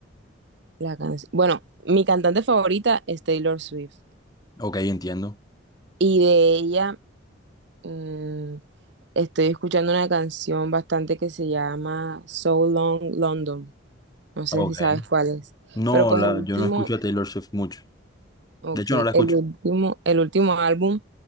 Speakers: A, on the right; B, on the left.
A: la canción. Bueno, mi cantante favorita es Taylor Swift.
B: Ok, entiendo.
A: Y de ella mm, estoy escuchando una canción bastante que se llama So Long London. No sé
B: Ok.
A: si sabes cuál es.
B: No,
A: Pero pues
B: la,
A: el último,
B: yo no escucho a Taylor Swift mucho.
A: ok,
B: De hecho, no la escucho.
A: el último, el último álbum